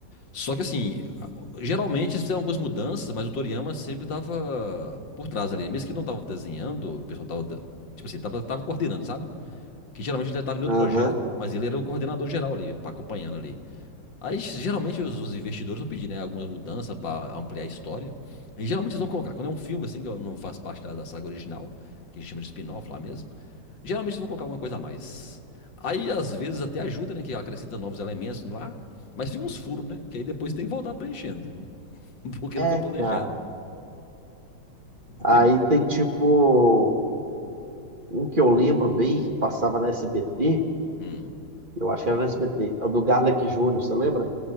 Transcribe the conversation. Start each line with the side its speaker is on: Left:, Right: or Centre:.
Left: Só que assim, geralmente isso tem algumas mudanças, mas o Toriyama sempre tava por trás ali. Mesmo que ele não tava desenhando, o pessoal tava, tipo assim, tava, tava coordenando, sabe? que geralmente ele estava em outro
Right: Aham.
Left: projeto, mas ele era o coordenador geral ali, pa- acompanhando ali. Aí geralmente os, os investidores vão pedir, né, algumas mudanças para ampliar a história. E geralmente eles vão colocar, quando é um filme assim, que eu não faz parte da, da saga original, que a gente chama de spin-off lá mesmo, geralmente eles vão colocar alguma coisa a mais. Aí às vezes até ajuda, né, que acrescenta novos elementos lá, mas fica uns furos, né, que aí depois tem que voltar preenchendo, <laughs> porque
Right: É,
Left: não foi planejado.
Right: cara.
Left: E
Right: Aí
Left: tem muito.
Right: tem tipo, um que eu lembro bem, que passava na SBT,
Left: Hum,
Right: eu acho que era na SBT, é o do Garlic Júnior, você lembra?